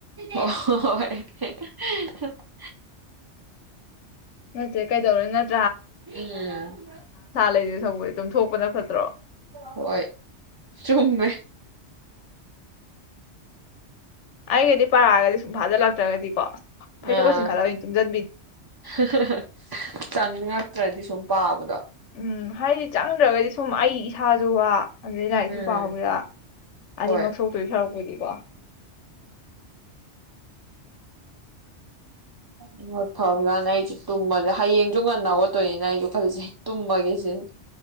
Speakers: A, on the right; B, on the left.
A: ꯑꯣꯍꯣ ꯍꯣ ꯍꯣꯏ <inaudible>
B: ꯅꯠꯇꯦ ꯀꯩꯗꯧꯔꯦ ꯅꯠ
A: ꯎꯝ
B: ꯂꯩꯗꯣꯏ ꯁꯔꯨꯛꯄꯨꯗꯤ ꯇꯨꯝꯊꯣꯛꯄꯅ ꯐꯠꯇ꯭ꯔꯣ
A: ꯍꯣꯏ ꯆꯨꯝꯃꯦ
B: ꯑꯩꯒꯗꯤ ꯄꯔꯥꯒꯗꯤ ꯁꯨꯝ ꯐꯥꯖꯤꯜꯂꯛꯇ꯭ꯔꯒꯗꯤꯀꯣ ꯐꯩꯖꯨꯞꯀ
A: ꯑꯥ
B: ꯆꯤꯡꯈꯠꯂꯒ ꯇꯨꯝꯖꯟꯕꯤꯅꯤ
A: ꯍ ꯍ ꯍ ꯀꯪꯉꯛ ꯅꯠꯇ꯭ꯔꯗꯤ ꯁꯨꯝ ꯄꯥꯕꯗꯣ
B: ꯎꯝ ꯍꯥꯏꯗꯤ ꯆꯡ ꯎꯞꯇ꯭ꯔꯒꯗꯤ ꯁꯨꯝ ꯑꯩ ꯏꯁꯥꯁꯨ ꯋꯥ ꯑꯗꯩ ꯂꯥꯏꯔꯤꯛꯁꯨ
A: ꯎꯝ
B: ꯄꯥꯍꯧꯗ ꯑꯅꯤꯃꯛ
A: ꯍꯣꯏ
B: ꯁꯣꯛꯇꯣꯏ ꯁꯔꯨꯛꯄꯨꯗꯤꯀꯣ
A: ꯏꯃꯣꯠ ꯐꯕ꯭ꯔꯅ ꯑꯩꯁꯤ ꯇꯨꯝꯕꯁꯦ ꯍꯌꯦꯡꯁꯨ ꯉꯟꯅ ꯍꯧꯒꯠꯇꯣꯏꯅꯤꯅ ꯑꯩꯁꯨ ꯈꯜꯂꯤꯁꯦ ꯇꯨꯝꯕꯒꯦꯁꯤꯅꯤ